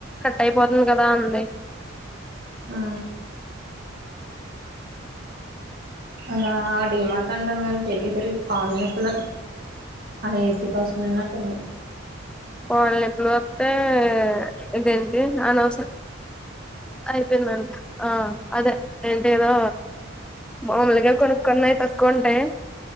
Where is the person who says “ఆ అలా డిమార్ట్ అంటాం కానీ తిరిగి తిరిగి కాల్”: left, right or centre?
Right